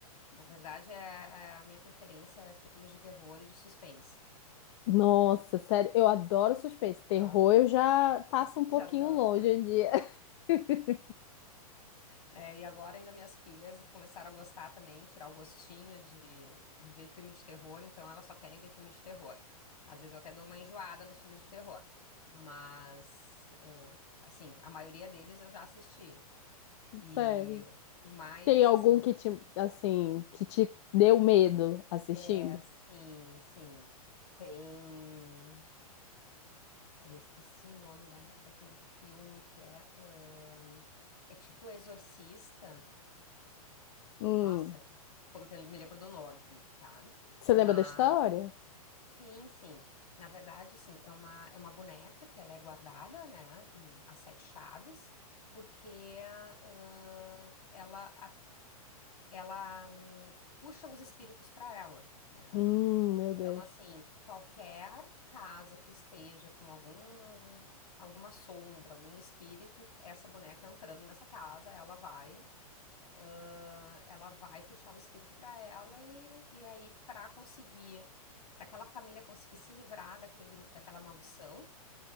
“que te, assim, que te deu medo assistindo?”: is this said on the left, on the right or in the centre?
Left